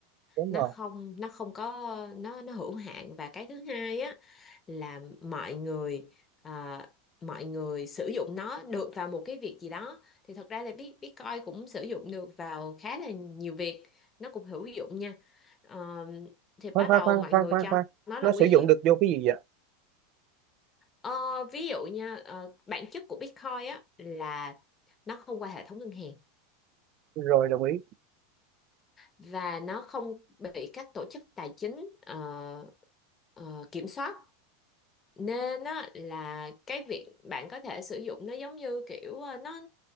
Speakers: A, on the right; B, on the left.
A: đúng
B: nó
A: rồi
B: không nó không có nó nó hữu hạn và cái thứ hai á là mọi người à, mọi người sử dụng nó được vào một cái việc gì đó thì thật ra là Bit- Bitcoin cũng sử dụng được vào khá là nhiều việc nó cũng hữu dụng nha Ờ, thì
A: khoan
B: bắt
A: khoan
B: đầu
A: khoan
B: mọi
A: khoan
B: người
A: khoan
B: cho
A: khoan
B: nó là
A: nó
B: quý
A: sử dụng
B: hiếm
A: được vô cái gì vậy
B: Ờ, ví dụ nha, ờ, bản chất của Bitcoin á là nó không qua hệ thống ngân hàng
A: rồi đồng ý
B: và nó không bị các tổ chức tài chính ờ, ờ, kiểm soát. Nên á là cái việc bạn có thể sử dụng nó giống như kiểu ờ, nó